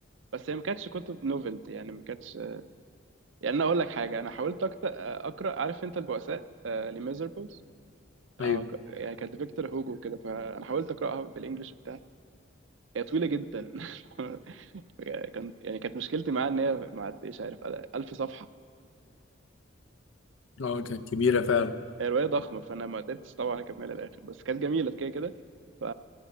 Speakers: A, on the right (about 70°); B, on the left (about 80°).
A: بس هي ما كانتش كتب نوفلز يعني ما كانتش يعني انا اقول لك حاجه انا حاولت أكت- آه، اقرا عارف انت البؤساء آه، لميزربلز
B: ايوه
A: اه ك- يعني كانت لفيكتور هوجو كده فانا حاولت اقراها بالانجلش بتاع هي طويله جدا <laughs> كان يعني كانت مشكلتي معاها ان هي ما عدتش عارف 1000 صفحه
B: اه كانت كبيرة فعلا
A: هي روايه ضخمه فانا ما قدرتش طبعا اكملها للاخر بس كانت جميله كده كده ف